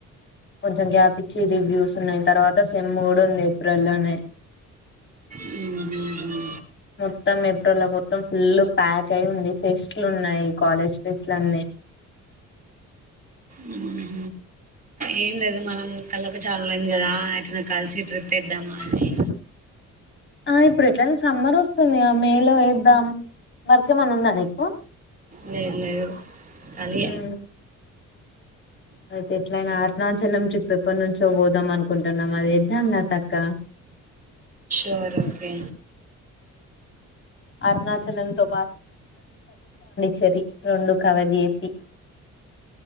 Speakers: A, on the left (about 40°); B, on the right (about 25°).
A: కొంచం గ్యాప్ ఇచ్చి రివ్యూస్ ఉన్నాయి తర్వాత సేమ్ కూడా ఉంది ఏప్రిల్ లో నే
B: హ్మ్ హ్మ్ హు
A: మొత్తం ఏప్రిల్ లో మొత్తం ఫుల్ ప్యాక్ అయి ఉంది ఫెస్ట్లు ఉన్నాయి కాలేజ్ ఫెస్ట్లన్ని
B: మ్మ్. ఏం లేదు మనం కలవక చాలా రోజులు అయింది కదా ఎట్లన కలిసి ట్రిప్ ఏదమా అని
A: ఇప్పుడు ఎట్లనా సమ్మర్ వస్తుంది మే లో వేద్దాం వరకేమన్నా ఉందా నీకు
B: లే లే కలి
A: ఉమ్ అయితే ఎట్ల అయినా అరుణాచలం ట్రిప్ ఎప్పటి నుంచో పోదాం అనుకుంటున్నాం అది ఇద్దాంంగా చక్కా
B: ోర్ ఓకే
A: అరుణాచలంతో చెరి రెండు కవ చేేసి